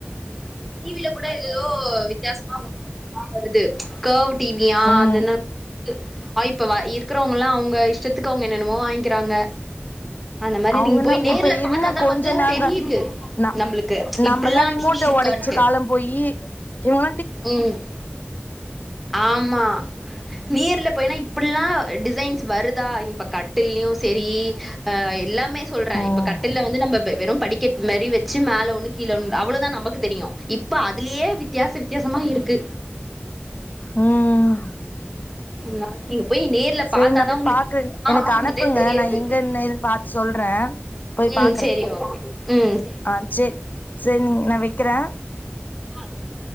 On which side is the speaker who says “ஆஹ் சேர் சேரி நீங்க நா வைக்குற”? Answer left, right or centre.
Left